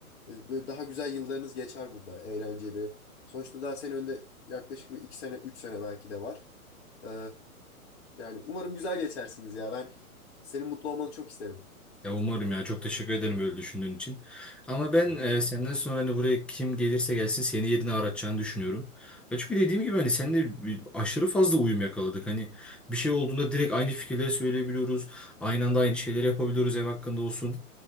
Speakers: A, on the left (about 50°); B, in the centre.
A: e, böyle daha güzel yıllarınız geçer burada eğlenceli. Sonuçta daha senin önünde yaklaşık bir iki sene, üç sene belki de var. Ee, yani umarım güzel geçersiniz ya. Ben senin mutlu olmanı çok isterim.
B: Ya umarım ya çok teşekkür ederim böyle düşündüğün için. Ama ben
A: Öyle
B: e,
A: değil mi?
B: senden sonra hani buraya kim gelirse gelsin seni yerine aratacağını düşünüyorum. Ya çünkü dediğim gibi hani seninle bir- aşırı fazla uyum yakaladık. Hani bir şey olduğunda direkt aynı fikirleri söyleyebiliyoruz. Aynı anda aynı şeyleri yapabiliyoruz ev hakkında olsun.